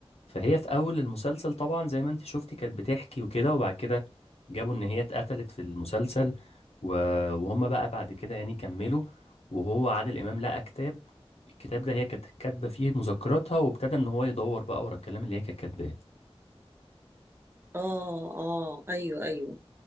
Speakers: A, on the left; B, on the right.
A: فهي في اول المسلسل طبعا زي ما انت شفتي كانت بتحكي وكده وبعد كده جابوا ان هي اتقتلت في المسلسل و- وهم بقى بعد كده يعني كملوا وهو عادل امام لقى كتاب الكتاب ده هي كانت كاتبه فيه مذكراتها وابتدى ان هو يدور بقى ورا الكلام اللي هي كانت كاتباه
B: اه اه ايوه ايوه